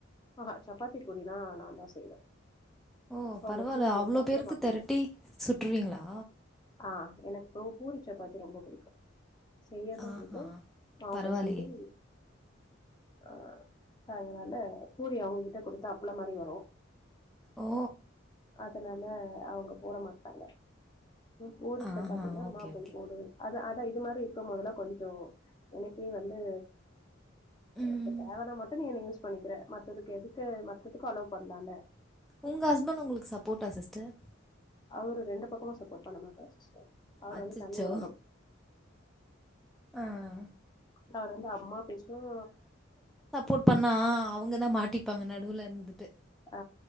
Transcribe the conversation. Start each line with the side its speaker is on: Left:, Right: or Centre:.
Left: ஆஹஹா சப்பாத்தி பூரினா நா தா செய்வே
Centre: ஓ
Left: அவங்க
Centre: பரவால்ல
Left: பூரி
Centre: அவ்ளோ
Left: வந்து அப்பளமாக்கிடுவே
Centre: பேருக்கு தெரட்டி சுட்டுருவீங்ளா
Left: ஆஹ் எனக்கு பூரி சப்பாத்தி ரொம்ப புடிக்கு செய்யரது
Centre: ஆஹா
Left: புடிக்கு மாவு
Centre: பரவால்லயே
Left: பெசஞ்சு அஹ் அதனால பூரி அவுங்ககிட்ட குடுத்தா அப்ளோமாரி வரு
Centre: ஓ
Left: அதனால அவுங்க போட மாட்டாங்க பூரி
Centre: ஆஹா
Left: சப்பாத்தினா
Centre: ஓகே
Left: மா போய்
Centre: ஓகே
Left: போடு அது அத இந்த மாரி இருக்குபோதெல்லா கொஞ்சோ எனக்கே வந்து
Centre: ம்
Left: ப்ப தேவானா மட்டும் நீ என்ன யூஸ் பண்ணிகிற மத்ததுக்கு எதுக்கு மத்ததுக்கு அலோ பண்ணலாம்ல
Centre: உங்க ஹஸ்பண்ட் உங்களுக்கு சப் போட்டா சிஸ்டர்
Left: அவரு ரெண்டு பக்கமு சப்போர்ட் பண்ண மாட்டார் சிஸ்டர் அவர்
Centre: அச்சச்சோ
Left: வந்து தனி உலகம்
Centre: ஆஹ்
Left: அவரு வந்து அம்மா பேசும்
Centre: சப்போட் பண்ணா அவுங்கதா மாட்டிப்பாங்க நடுவுல இருந்துட்டு
Left: ஆ